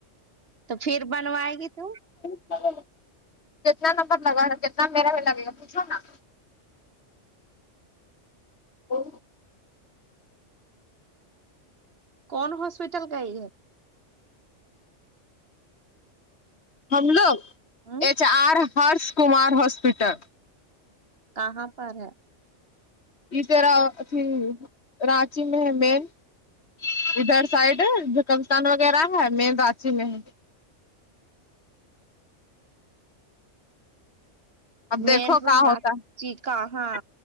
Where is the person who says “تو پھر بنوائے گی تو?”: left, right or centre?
Right